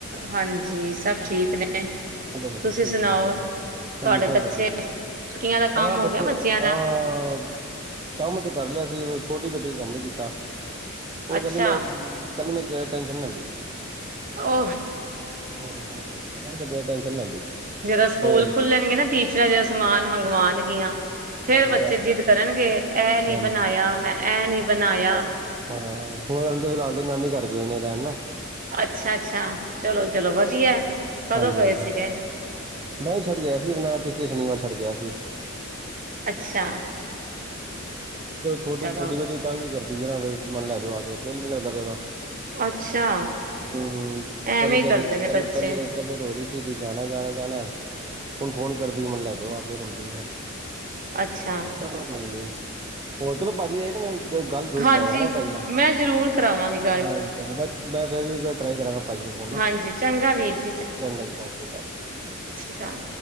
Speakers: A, on the right; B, on the right.
A: ਹਾਂਜੀ ਸਭ ਠੀਕ ਨੇ
B: ਚਲੋ ਵਧੀਆਂ
A: ਤੁਸੀਂ
B: ਠੀਕ
A: ਸੁਣਾਓ
B: ਹੈ। ਕਲੀਤਾ
A: ਤੁਹਾਡੇ ਬੱਚੇ
B: ਵਧੀ
A: ਛੁੱਟੀਆਂ ਦਾ ਕੰਮ
B: ਹਾਂ
A: ਹੋ
B: ਬੱਚੇ
A: ਗਿਆ ਬੱਚਿਆਂ ਦਾ
B: ਹਾਂ। ਕੰਮ ਤੇ ਕਰ ਲਿਆ ਸੀ ੳਹ ਛੋਟੇ ਬੇਟੇ ਕੰਮ ਨੀ ਕੀਤਾ ਉਹ
A: ਅੱਛਾ
B: ਕਹਿੰਦੇ ਮੈਂ ਕਹਿੰਦੀ ਮੈਂ ਜਾਦਾ ਟੈਨਸ਼ਨ ਨਹੀਂ ਲੈਂਦੀ।
A: ਆ
B: ਹਾਂ ਹਾਂਜੀ ਹਾਂ ਉਹ ਕਿਹਦੀ ਬੰਦਿਆ ਦੀ ਟੈਂਨਸ਼ਨ ਨੀ ਲੈਂਦੀ।
A: ਜਦੋਂ ਸਕੂਲ
B: ਹੋਰ ਕੀ
A: ਖੁੱਲਣਗੇ ਨਾ ਟੀਚਰਾਂ ਜ ਸਮਾਨ ਮੰਗਵਾਉਣਗੀਆਂ।
B: ਹਾਂਜੀ
A: ਫੇਰ ਬੱਚੇ
B: ਇਹ ਤਾਂ
A: ਜਿੱਦ
B: ਹੈ
A: ਕਰਨਗੇ ਇਹ ਨੀ
B: ਹਾਂਜੀ
A: ਬਣਾਇਆ ਮੈਂ ਇਹ ਨਹੀਂ ਬਣਾਇਆ।
B: ਹਾਂ ਹੋਣਹਦੇ ਫਿਲਹਾਲ ਤੇ ਨਾਨੀ ਘਰ ਗਏ ਨੇ ਰਹਿਣ ਨਾ।
A: ਅੱਛਾ ਅੱਛਾ ਚਲੋ ਚਲੋ ਵਧੀਆਂ ਕਦੋਂ
B: ਹਾਂਜੀ
A: ਗਏ
B: ਹਾਂਜੀ
A: ਸੀਗੇ।
B: ਮੈਂ ਛੱਡ ਕੇ ਗਿਆ ਸੀ। ਆਪਣਾ ਪਿਛਲੇ ਸ਼ਨੀਵਾਰ ਛੱਡ ਕੇ ਗਿਆ ਸੀ।
A: ਅੱਛਾ।
B: ਛੋਟੀ
A: ਚਲੋ
B: ਵੱਡੀ ਵਾਲੀ ਤੰਗ ਕਰਦੀ ਪਈ ਨਾ ਮੈਨੂੰ ਲੈ ਜੋ ਆ ਕੇ ਦਿਲ ਨੀ ਲੱਗਦਾ ਪਿਆ ਓਦਾ।
A: ਅੱਛਾ।
B: ਹਮ
A: ਐਵੇਂ
B: ਪਹਿਲੇ
A: ਹੀ
B: ਜਾਰੀ
A: ਕਰਦੇ ਨੇ
B: ਪਹਿਲੇ
A: ਬੱਚੇ
B: ਪਹਿਲੇ ਪਹਿਲੇ ਰੋ ਰਹੀ ਸੀ ਬ ਜਾਣਾ ਜਾਣਾ ਜਾਣਾ। ਹੁਣ ਫੋਨ ਕਰਦੀ ਮੈਨੂੰ ਲੈ ਜਾਓ ਆ ਕੇ ਰੋਂਦੀ ਫ
A: ਅੱਛਾ
B: ਚਲੋ ਕੋਈ ਨੀ। ਹੋਰ ਚਲੋ ਭਾਜੀ ਆ ਮੇਰੇ ਗੱਲ ਦ
A: ਹਾਂਜੀ
B: ਕਰਵਾਆਾ ਪਾਈ
A: ਮੈਂ ਜ਼ਰੂਰ ਕਰਾਵਾਂਗੀ ਗੱਲ
B: ਹਾਂਜੀ ਹਾਂਜੀ ਬਸ ਮੈਂ ਫਿਰ ਵੀੱਲ ਟਰਾਈ ਕਰਾਂਗਾ ਜੀ ਨੂੰ ਫੋਨ ਨਾ
A: ਹਾਂਜੀ ਚੰਗਾ ਵੀਰ
B: ਹਾਂ
A: ਜੀ
B: ਚੰਗਾ ਜੀ ਸਤਿ ਸ੍ਰੀ ਅਕਾਲ ਜੀ
A: ਚਾਰ